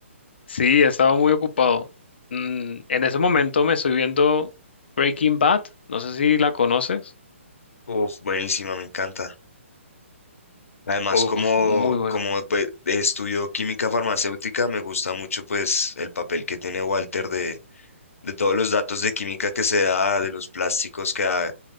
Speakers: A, on the left; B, on the left.
A: sí, he estado muy ocupado. Mm, en ese momento me estoy viendo Breaking Bad. No sé si la conoces.
B: Uf, buenísima, me encanta. Además,
A: Uf,
B: como,
A: muy buena.
B: como pues, estudio química farmacéutica, me gusta mucho pues el papel que tiene Walter de, de todos los datos de química que se da, de los plásticos que a-